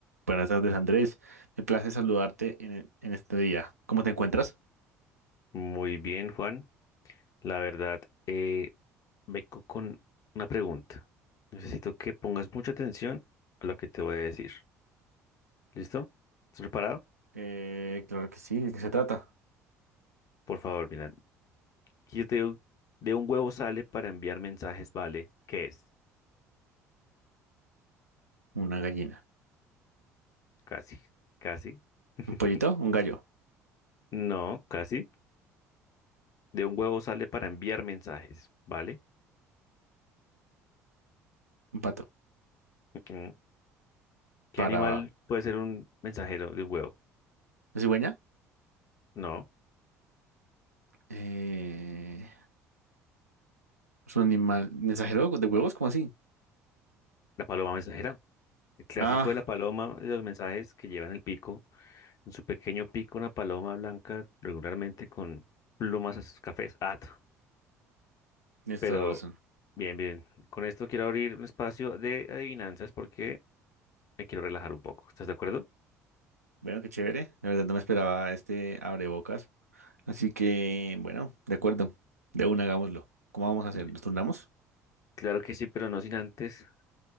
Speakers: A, on the right; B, on the left.
A: Buenas tardes, Andrés. Me place saludarte en, en este día. ¿Cómo te encuentras?
B: Muy bien, Juan. La verdad, eh, vengo con una pregunta. Necesito que pongas mucha atención a lo que te voy a decir. ¿Listo? ¿Estás preparado?
A: Eh, claro que sí, ¿de qué se trata?
B: Por favor, mira. si Yo te digo, de un huevo sale para enviar mensajes, ¿vale? ¿Qué es?
A: Una gallina.
B: Casi, casi. <laughs>
A: ¿Un pollito? ¿Un gallo?
B: No, casi. De un huevo sale para enviar mensajes, ¿vale?
A: ¿Un pato?
B: Ujú. ¿Qué
A: ¿Para
B: animal
A: la
B: puede ser un mensajero de un huevo?
A: cigüeña?
B: No,
A: Eh, ¿es un animal mensajero de huevos? ¿Cómo así?
B: la paloma mensajera. El clásico
A: Ah,
B: de la paloma, de los mensajes que llevan el pico. En su pequeño pico, una paloma blanca, regularmente con plumas cafés. Ah, t-
A: tienes
B: pero
A: toda la razón.
B: bien, bien. Con esto quiero abrir un espacio de adivinanzas porque me quiero relajar un poco. ¿Estás de acuerdo?
A: Bueno, qué chévere. La verdad no me esperaba este abrebocas. Así que, bueno, de acuerdo. De una, hagámoslo. ¿Cómo vamos a hacer?
B: Y-
A: ¿Nos turnamos?
B: Claro que sí, pero no sin antes